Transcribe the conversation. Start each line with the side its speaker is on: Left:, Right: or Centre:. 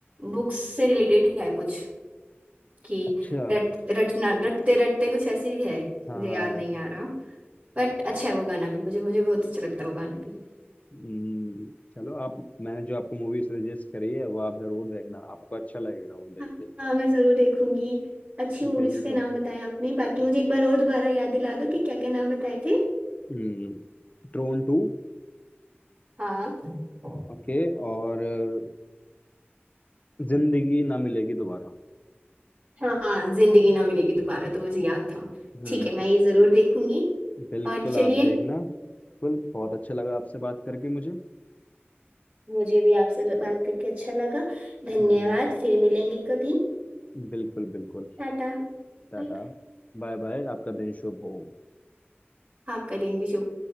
Right: बुक्स से रिलेटेड है कुछ कि
Left: अच्छा
Right: रट रटना रटते रटते कुछ ऐसी है
Left: हाँ
Right: मुझे
Left: हाँ
Right: याद नहीं आ रहा बट अच्छा है वो गाना भी मुझे मुझे बहुत अच्छा लगता है वो गाना भी
Left: हम्म, चलो आप मैंने जो आपको मूवी सजेस्ट करी है वो आप जरूर देखना आपको अच्छा लगेगा वो देख
Right: हाँ
Left: के
Right: हाँ, मैं जरूर देखूंगी अच्छी मूवीज
Left: बिल्कुल
Right: के नाम बताए आपने बाकी मुझे एक बार और दोबारा याद दिला दो कि क्या क्या नाम बताए थे
Left: हम्म ट्रोन टू
Right: हाँ हाँ।
Left: ओके और अ, जिंदगी ना मिलेगी दोबारा
Right: हाँ जिंदगी ना मिलेगी दोबारा तो मुझे याद था
Left: हम्म
Right: ठीक है मैं ये जरूर देखूंगी
Left: बिल्कुल
Right: और चलिए
Left: आप देखना बिल्कुल बहुत अच्छा लगा आपसे बात करके मुझे
Right: मुझे भी आपसे ल- बात करके अच्छा लगा धन्यवाद
Left: हम्म
Right: फिर मिलेंगे कभी
Left: बिल्कुल बिल्कुल
Right: टाटा
Left: टाटा
Right: Bye bye
Left: बाय बाय आपका दिन शुभ हो
Right: आपका दिन भी शुभ